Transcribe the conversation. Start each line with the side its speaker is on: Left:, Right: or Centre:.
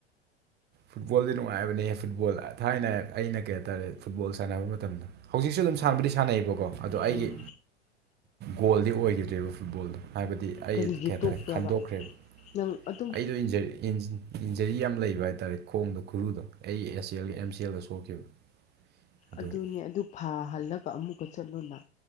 Right: ꯐꯨꯠꯕꯣꯜꯗꯤ ꯅꯨꯡꯉꯥꯏꯕꯅꯦꯍ ꯐꯨꯠꯕꯣꯜ ꯊꯥꯏꯅ ꯑꯩꯅ ꯀꯩ ꯍꯥꯏꯇꯥꯔꯦ ꯐꯨꯠꯕꯣꯜ ꯁꯥꯟꯅꯕ ꯃꯇꯝꯗ ꯍꯧꯖꯤꯛꯁꯨ ꯑꯗꯨꯝ ꯁꯥꯟꯕꯨꯗꯤ ꯁꯥꯟꯅꯩꯑꯕꯀꯣ ꯑꯗꯣ ꯑꯩꯒꯤ
Left: ꯎꯝ
Right: ꯒꯣꯜꯗꯤ ꯑꯣꯏꯈꯤꯗ꯭ꯔꯦꯕ ꯐꯨꯠꯕꯣꯜꯗꯣ ꯍꯥꯏꯕꯗꯤ ꯑꯩ
Left: ꯀꯔꯤꯒꯤ
Right: ꯀꯩ ꯍꯥꯏꯇꯥꯔꯦ
Left: ꯇꯣꯛꯄ꯭ꯔꯕ
Right: ꯈꯟꯗꯣꯛꯈ꯭ꯔꯦꯕ
Left: ꯅꯪ ꯑꯗꯨꯝ
Right: ꯑꯩꯗꯣ ꯏꯟꯖꯔ ꯏꯟꯖꯔꯤ ꯌꯥꯝ ꯂꯩꯕ ꯍꯥꯏꯇꯥꯔꯦ ꯈꯣꯡꯗꯣ ꯈꯨꯔꯨꯗꯣ ꯑꯩ ꯑꯦꯁ ꯑꯦꯜꯒꯤ ꯑꯦꯝ ꯁꯤ ꯑꯦꯜꯗ ꯁꯣꯛꯈꯤꯕ ꯑꯗꯨꯒꯤ
Left: ꯑꯗꯨꯅꯦ ꯑꯗꯨ ꯐꯍꯜꯂꯒ ꯑꯃꯨꯛꯀ ꯆꯠꯂꯨꯅ